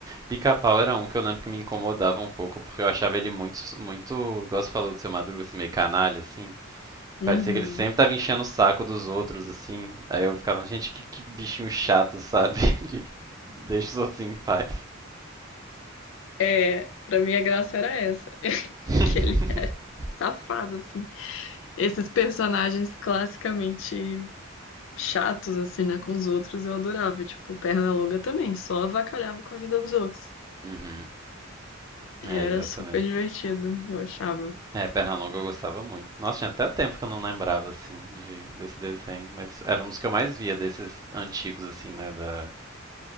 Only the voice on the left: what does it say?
Uhum.
É, pra mim a graça era essa, <laughs>
que ele é safado, assim. Esses personagens classicamente chatos, assim, né, com os outros, eu adorava. Tipo, o Pernalonga também, só avacalhava com a vida dos outros.
E
era
super divertido, eu achava.